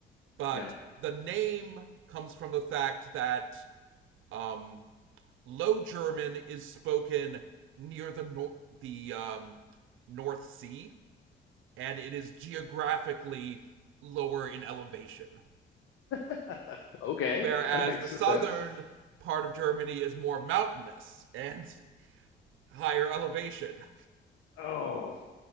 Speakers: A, on the right; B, on the left.
A: but
B: Yeah.
A: the name comes from the fact that um, Low German is spoken near the nor- the um, North Sea, and it is geographically lower in elevation.
B: <laughs> Okay,
A: Whereas
B: that makes
A: the southern
B: sense.
A: part of Germany is more mountainous and higher elevation.
B: Oh,